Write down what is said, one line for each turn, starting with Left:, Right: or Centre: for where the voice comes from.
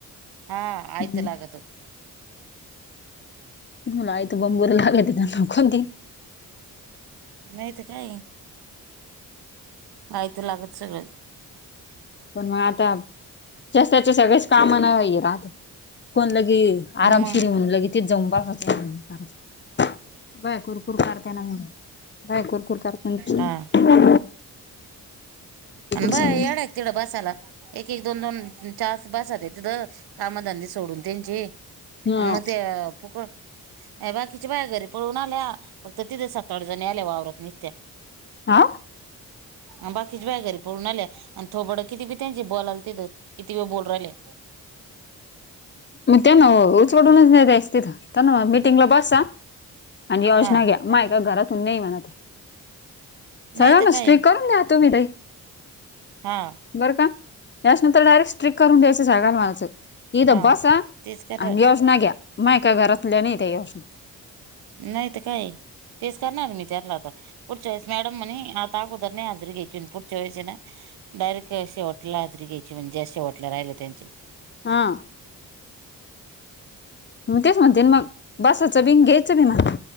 Right: हा
Left: नाही.
Right: आयत लागत
Left: तुला आयत बरं लागतं तर मग खाऊन घे
Right: नाही त काय कायत लागत सगळं
Left: पण मग आता शासनाचे सगळेच काम ना हिला कोण लगे आरामशिर
Right: मग
Left: होऊन येतेच जाऊन बाता सांगून <inaudible> बाया कुरकुर करते ना म बाया कुरकुर करते ना
Right: हा अन बाया
Left: सांगायचं
Right: येड्यात तिड बसायला एक एक दोन दोन च्या आस पास आहेत तिथ कामधंदे सोडून त्यांचे
Left: ह
Right: आणि म ते फुकट या बाकीच्या बाय घरी पळून आल्या फक्त तिथे सात आठ जणी आल्या वावरत निसत्या
Left: हा
Right: आन बाकीच बाया घरी पळून आल्या आणि थोबाड किती बी त्यांचे बोलाले तिथं किती मी बोलू राहिले
Left: मग त्याना उचवडूनच नाही द्यायच तिथं त्याना म्हणा मीटिंगला बसा आणि योजना
Right: हा
Left: घ्या मायका घरातून नाही म्हणत आहे. चला
Right: नाही तर
Left: मस्त्री
Right: काय
Left: करून घ्या तुम्ही दही
Right: हा
Left: बरं का याच्यानंतर डायरेक्ट स्ट्रिक करून द्यायचं जागाला म्हणायचं इथं
Right: हा
Left: बस <inaudible> आणि
Right: तेच कटर
Left: योजना घ्या माय का घरातल्या नाही त्या योजना
Right: नाही तर काय तेच करणार मी त्यांनला आता पुढच्या वेळेस मॅडम म्हणे आता अगोदर नाही हजरीघ्यायची पुढच्या वेळेस हाय ना डायरेक्ट अ शेवट ला हजारी घ्यायची म्हणजे जे शेवट ला राहिले त्यांचे.
Left: हा मग, तेच म्हणते मंग बसायचं बिंग घ्यायचं बी मला